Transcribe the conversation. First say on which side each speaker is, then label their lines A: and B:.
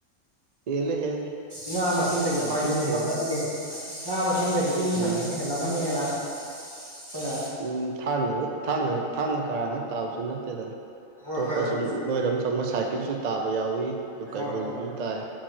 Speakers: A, on the right; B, on the right.
A: ꯍꯦꯜꯂꯦ ꯍꯦꯜꯂꯦ
B: ꯉꯥ ꯃꯁꯤꯡꯗꯒꯤ
A: ꯌꯥꯝ
B: ꯐꯥꯒꯤꯒ
A: ꯊꯤꯅ ꯍꯦꯜꯂꯦ
B: ꯇꯧꯅꯔꯤꯌꯦ ꯉꯥ ꯃꯁꯤꯡꯗꯒꯤꯗꯤ ꯃꯤ
A: ꯎꯝ
B: ꯃꯁꯤꯡꯅ ꯍꯦꯜꯂꯝꯃꯅꯦꯅ ꯑꯈꯣꯏꯅ
A: ꯎꯝ ꯊꯥꯡꯒꯒꯛ ꯊꯥꯡꯒꯛ ꯊꯥꯡꯒ ꯀꯔꯥꯡ ꯈꯛ ꯇꯥꯕꯁꯨ ꯅꯠꯇꯦꯗꯅ
B: ꯍꯣꯏ
A: ꯑꯇꯣꯞꯄ
B: ꯍꯣꯏ ꯑꯗꯨꯕꯨꯁꯨ
A: ꯁꯨꯝ ꯅꯣꯏꯔꯝ ꯆꯪꯕ ꯁꯥꯏꯠꯀꯤꯁꯨ ꯇꯥꯕ ꯌꯥꯎꯋꯤ ꯑꯗꯨ ꯀꯩꯕꯨꯜꯖꯨ
B: ꯍꯣꯏ ꯍꯣꯏ
A: ꯇꯥꯏ